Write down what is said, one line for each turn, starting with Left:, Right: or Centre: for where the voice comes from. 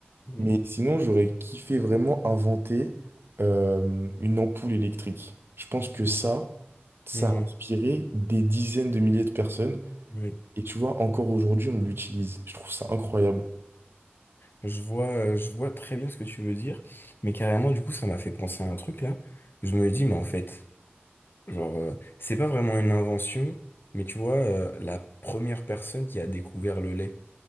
Left: Mhm.
Right: Mais sinon, j'aurais kiffé vraiment inventer euh, une ampoule électrique. Je pense que ça, ça
Left: Mhm.
Right: a inspiré des dizaines de milliers de personnes.
Left: Oui.
Right: Et tu vois, encore aujourd'hui, on l'utilise. Je trouve ça incroyable.
Left: Je vois, euh, je vois très bien ce que tu veux dire, mais carrément, du coup, ça m'a fait penser à un truc là. Je me dis, mais en fait, genre, euh, c'est pas vraiment une invention, mais tu vois, euh, la première personne qui a découvert le lait,